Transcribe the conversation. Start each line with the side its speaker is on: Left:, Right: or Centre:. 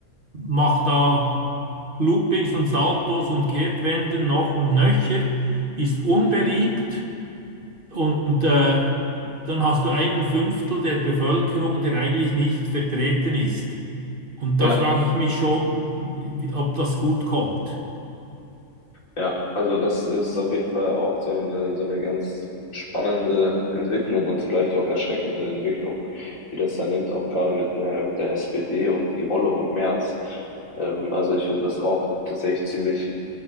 Right: macht da Loopings und Saltos und Kehrtwenden noch und nöcher, ist unbeliebt und äh, dann hast du einen Fünftel der Bevölkerung, der eigentlich nicht vertreten ist. Und
Left: Ja,
Right: da frage ich mich schon, wie- ob das gut kommt.
Left: Ja, also das ist auf jeden Fall auch so eine, so eine ganz spannende Entwicklung und vielleicht auch erschreckende Entwicklung, die das dann nimmt, auch gerade mit der, mit der SPD und die Rolle um Merz. Ähm, also ich finde das auch tatsächlich ziemlich